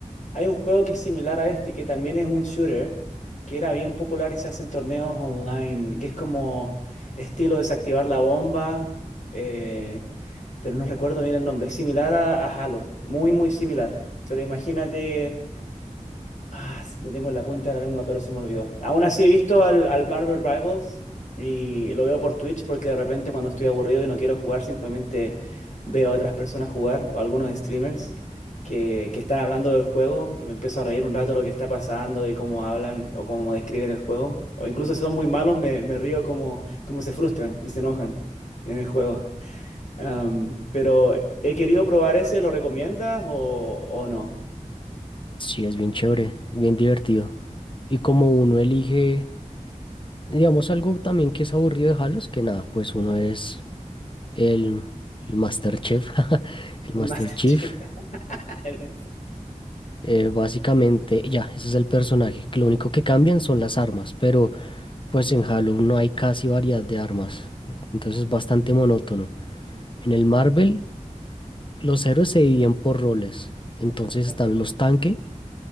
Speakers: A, on the left; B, on the left.
A: hay un juego que es similar a este, que también es un shooter, que era bien popular y se hacen torneos online, que es como estilo desactivar la bomba, eh, pero no recuerdo bien el nombre, es similar a, a Halo, muy, muy similar. Pero imagínate Ah, lo tengo en la punta de la lengua, pero se me olvidó. Aún así he visto al, al Marvel Rivals y lo veo por Twitch porque de repente cuando estoy aburrido y no quiero jugar, simplemente veo a otras personas jugar o algunos streamers que, que están hablando del juego y me empiezo a reír un rato de lo que está pasando, de cómo hablan o cómo describen el juego. O incluso si son muy malos, me, me río como, como se frustran y se enojan en el juego. Am, pero he querido probar ese, ¿lo recomiendas o, o no?
B: Sí, es bien chévere, es bien divertido. Y como uno elige, digamos, algo también que es aburrido de Halos, que nada, pues uno es el, el Master Chef, <laughs>
A: <laughs>
B: el
A: El
B: Master
A: Master
B: Chief.
A: Chief. <laughs> El Master
B: Eh, básicamente, ya, ese es el personaje. que Lo único que cambian son las armas, pero pues en Halo no hay casi variedad de armas. Entonces es bastante monótono. En el Marvel, los héroes se dividen por roles. Entonces
A: Chief.
B: están los tanque,